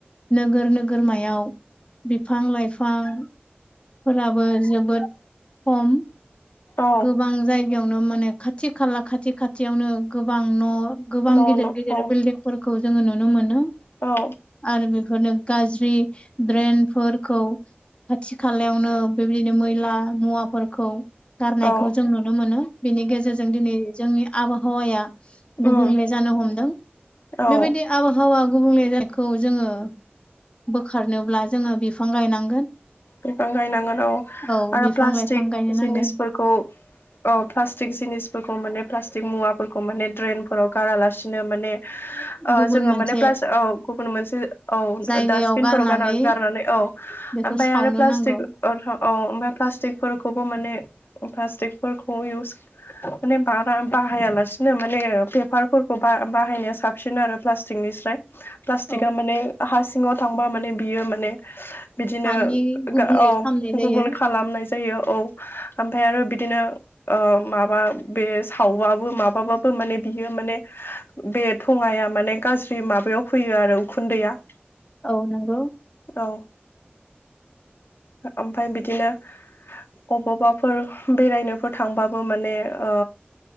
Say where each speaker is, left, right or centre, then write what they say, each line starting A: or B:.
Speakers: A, on the left; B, on the left.
A: नोगोर नोगोरमायाव बिफां- लाइफां फोराबो जोबोद खम
B: औ
A: गोबां जायगा यावनो माने खाथि खाला खाथि- खाथियावनो गोबां न' गोबां
B: न'
A: गिदिर-गिदिर
B: न' औ
A: बिल्डिंफोरखौ जोङो नुनो मोनो
B: औ
A: आरो बेफोरनो गाज्रि ड्रेनफोरखौ खाथि खालायावनो बेबायदिनो मैला मुवाफोरखौ गारनायखौ
B: औ
A: जों नुनो मोनो बेनि गेजेरजों दिनै जोंनि आबहावाया गुबुंले
B: औ
A: जानो हमदों
B: औ
A: बेबायदि आबहावा गुबुंले जा खौ जोङो बोखारनोब्ला जोङो बिफां गायनांगोन।
B: बिफां गायनांगोनाव
A: औ
B: आरो
A: बिफां
B: प्लास्टिक
A: लाइफां गायनो
B: जिनिसफोरखौ
A: नांगोन
B: औ प्लास्टिक जिनिसफोरखौ माने प्लास्टिक मुवाफोरखौ माने ड्रेन फोराव गारालासिनो माने
A: <inaudible>
B: ओ जोङो
A: मोनसे
B: माने प्लास औ गुबुन मोनसे औ
A: जायगायाव
B: डासटबिनफोराव
A: गारनानै
B: गार गारनानै औ
A: बेखौ
B: ओमफ्राय
A: सावनो
B: आरो प्लास्टिक
A: नांगौ
B: औ ओमफ्राय प्लास्टिकफोरखौबो माने प्लास्टिकफोरखौ इउस माने बारा बाहायालासिनो माने पेपारफोरखौ बा-बाहायनाया साबसिन आरो प्लास्टिकनि स्राय। प्लास्टिकआ
A: औ
B: माने हा सिङाव थांबा माने बियो माने बिदिनो
A: हानि गुबुंले
B: औ
A: खालामनाय जायो
B: गुबेंले खालामनाय जायो औ ओम फाय आरो बिदिनो माबा बे सावबाबो माबाबाबो माने बियो माने बे थङाया माने गाज्रि माबायाव फैयो आरो उखुन्दैया
A: औ नंगौ
B: औ ओमफाय बिदिनो अबावबाफोर बेरायनोफोर थांबाबो माने ओ